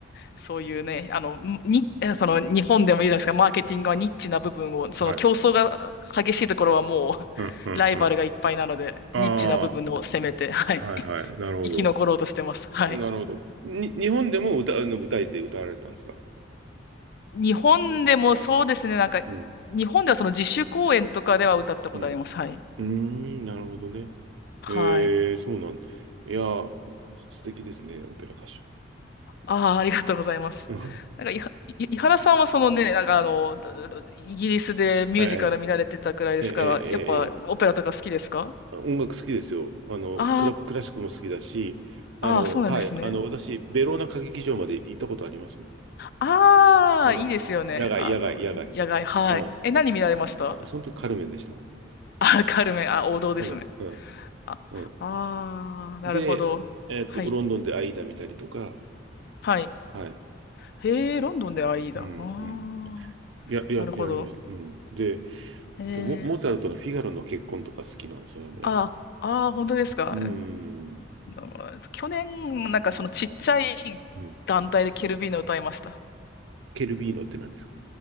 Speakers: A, on the left; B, on the right.
A: そういうね、あの、に、その日本でもいいじゃないですか、マーケティングはニッチな部分を、その競争が激しいところはも
B: はい。うん。うん。
A: う、ライバルがいっぱいなので、
B: うん。ああ、
A: ニッチな部分を攻めて、はい、
B: はいはい。なるほ
A: 生き残ろうとしてます。はい。
B: ど。なるほど。に、日本でも歌、あの舞台で歌われたんですか
A: 日本でもそうですね、なんか、
B: うん。
A: 日本ではその自主公演とかでは歌ったことあります。
B: うん。
A: はい。
B: うーん、なるほどね。
A: はい。
B: ええそうなん。いやー、素敵ですね、オペラ歌手。
A: ああ、ありがとうございます。
B: <laughs> は
A: なんか、いは、い井原さんはそのね、なんかあの、イギリスでミュージカル見られてたくらいですから、
B: いええ、ええ、
A: やっぱオペラとか好きですか
B: ええ。音楽好きですよ。あの、
A: あ
B: クラ、クラシックも好きだし、あの、
A: あ、ああ、そうなんですね。
B: はい、あの、私、ベローナ歌劇場まで行ったことありますもん。
A: ああ、
B: あの、
A: いいですよね。
B: 野外、
A: あの、
B: 野外、野外。
A: 野外、はい。
B: うん。
A: え、何見られました
B: その時、カルメンでした。
A: あ、<laughs> カルメン、あ、王道ですね。
B: カルメン、
A: あ、
B: うん、うん。
A: ああ、なるほど。
B: で、えっと、
A: はい、
B: ロンドンでアイーダ見たりとか、
A: はい。
B: はい。
A: へえ、ロンドンではいいだ。
B: うん、
A: ああ、
B: うん。や、や、
A: なるほど。
B: やりました。うん。で、
A: へえ、
B: あとモ、モーツァルトのフィガロの結婚とか好きなんですよね。
A: ああ、ああ、本当ですか。
B: うん。
A: うん去年、なんかそのちっちゃい団体でケルビーノ歌いました。
B: うん。ケルビーノって何ですか